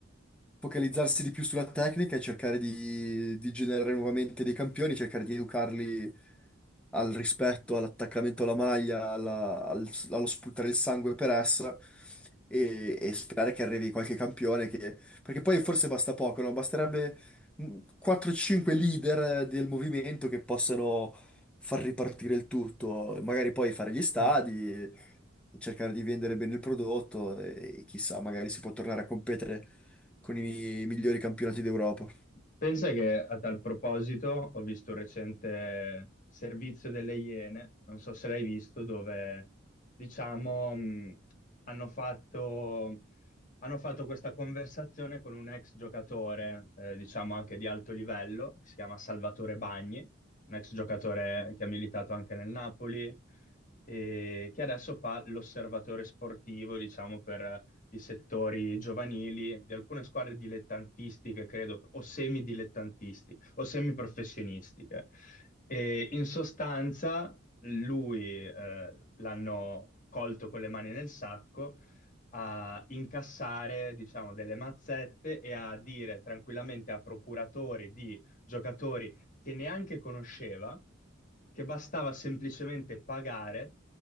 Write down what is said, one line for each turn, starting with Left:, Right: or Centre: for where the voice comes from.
Centre: focalizzarsi di più sulla tecnica e cercare di, di generare nuovamente dei campioni, cercare di educarli al rispetto, all'attaccamento alla maglia, alla- al- allo sputare il sangue per essa e, e sperare che arrivi qualche campione che- perché poi forse basta poco, no? Basterebbe mh, 4-5 leader del movimento che possano far ripartire il tutto, magari poi fare gli stadi,
Left: Eh,
Centre: cercare di vendere bene il prodotto e chissà, magari si può tornare a competere con i migliori campionati d'Europa.
Left: Pensa che a tal proposito ho visto un recente servizio delle Iene, non so se l'hai visto, dove diciamo mh, hanno fatto, hanno fatto questa conversazione con un ex giocatore, eh, diciamo anche di alto livello, si chiama Salvatore Bagni, un ex giocatore che ha militato anche nel Napoli e che adesso fa l'osservatore sportivo, diciamo, per i settori giovanili di alcune squadre dilettantistiche, credo, o semidilettantistiche o semiprofessionistiche. E in sostanza lui eh, l'hanno colto con le mani nel sacco a incassare, diciamo, delle mazzette e a dire tranquillamente a procuratori di giocatori che neanche conosceva, che bastava semplicemente pagare